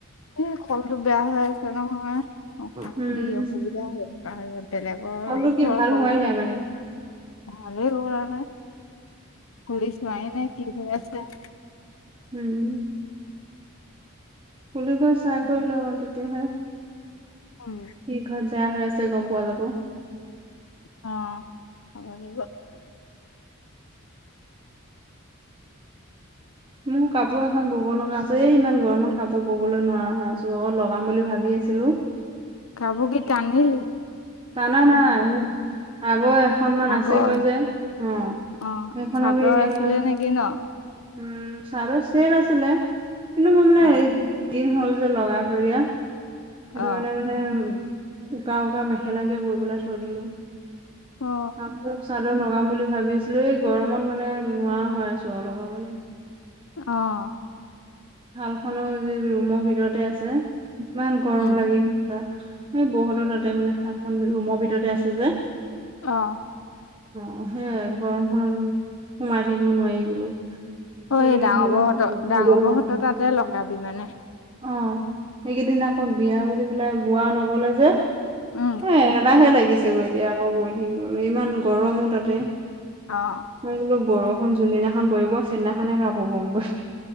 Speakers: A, on the left; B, on the right.
A: এই কলটো বেয়া হৈ আছে নহয় অশান্তি
B: উম,
A: অসুবিধা হৈ বেলেগৰ
B: কলো
A: ওচৰৰ
B: কি ভাল
A: কলতে
B: হোৱাই নাই
A: <unintelligible>
B: মানে।
A: ভালেই কৱা নাই খুলি চোৱাই নাই কি হৈ আছে।
B: উম, কুলি গছ চাহ গ লওঁ তেতিয়াহে।
A: উম
B: কি হয় বেয়া হৈ আছে গম পোৱা যাব।
A: অ', 'ব লাগিব।
B: মোৰ কাপোৰ এখন বব লগা আছে এ ইমান গৰমত কাপোৰ ববলৈ নোৱাৰা হয় আছ অকৌ লগাম বুলি ভাবি আ ছিলো
A: কাব কি তানিলি?
B: তানা নাই আগৌ এখনন মান
A: আগৰ
B: আছেগৈ যে অ
A: অ
B: সেইখনকে
A: চাদৰ
B: এতিয়া
A: আছিলে
B: মই
A: নেকি ন
B: উম ছাৰ চেট আছিলে কিন্তু মই মানে
A: অ
B: হদিন হ'ল লগাই থৰিা সেইটো
A: অ
B: কাৰানে মানে উ উকা উকা মেখি খেলাকে বৈ পেলাই চোৱ দিলো
A: অ
B: আ চাদৰ লগাম বুলি ভাবি আছিলো এই গৰমত মানে নোৱাৰোৱা হৈ আছোঁ লগাবলৈ
A: আহ,
B: হাল খো যি ৰুমৰ ভিতৰতে আছে ইমান গৰম
A: উম
B: লাগি সেই বহুতৰ তাতে মানে সাতখন ৰুমৰ ভিতৰতে আছে যে
A: আহ,
B: অ সেইয়াই গৰমখনত সোমাই থাকিব নোৱাৰি বোলো সেইকেইদিন
A: অ, ডাঙৰ
B: বিৰাট
A: বহতৰ ডাঙৰ বহত
B: অ
A: তাতে লগাবি মানে
B: অ', সেইকেইদিন আকৌ বিয়া কৰি পেলাই বোৱা নগলে যে এ
A: উম
B: এ লাহে লাগিছেগৈ এতিয়া আকৌ গৈ থাকিবলৈ ইমান গৰমো তাতে
A: অ,
B: মই বোলো বৰষুণ যোনদিনাখন পৰিব সেইদিনাখনে গাহ পবগৈ